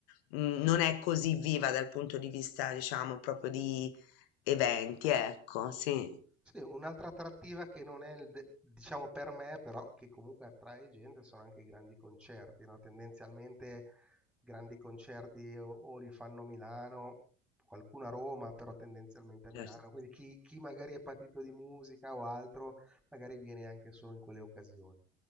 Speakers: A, on the left; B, in the centre.
A: mh, non è così viva dal punto di vista, diciamo, proprio di eventi, ecco, sì.
B: Sì, un'altra attrattiva che non è, il de- diciamo per me, però che comunque attrae gente sono anche i grandi concerti, no? Tendenzialmente grandi concerti o, o li fanno a Milano, qualcuno a Roma, però tendenzialmente a Milano.
A: Certo,
B: Quindi chi, chi magari è patito di musica o altro, magari viene anche solo in quelle occasioni.